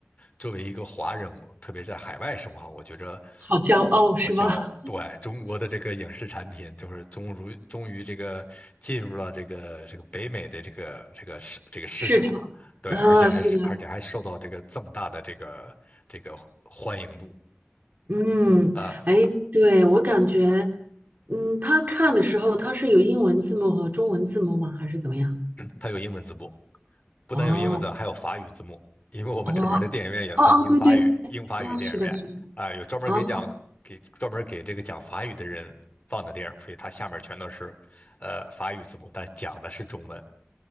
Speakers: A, on the left; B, on the right.
A: 作为一个华人，我特别是在海外生活，我觉着
B: 好骄傲是吧？
A: 呃好骄傲。
B: <laughs>
A: 对，中国的这个影视产品，就是终如终于这个进入了这个这个北美的这个这个市这个市场，
B: 市场啊，
A: 对，而且还是而且还受到这个这么大的这个这个欢迎度
B: 是的，嗯，
A: 啊，
B: 哎，对，我感觉，嗯，他看的时候他是有英文字幕和中文字幕吗？还是怎么样？
A: 它有英文字幕。不单有英文字，
B: 哦，
A: 还有法语字幕，因为我们这门儿的电影院也分英法语，
B: 哦，哦哦，对对，
A: 英法语电影院啊，
B: 啊，是的，是的，
A: 有专门儿给讲给专门儿给这个讲法语的人放的电影，
B: 哦，
A: 所以它下面全都是呃法语字幕，但讲的是中文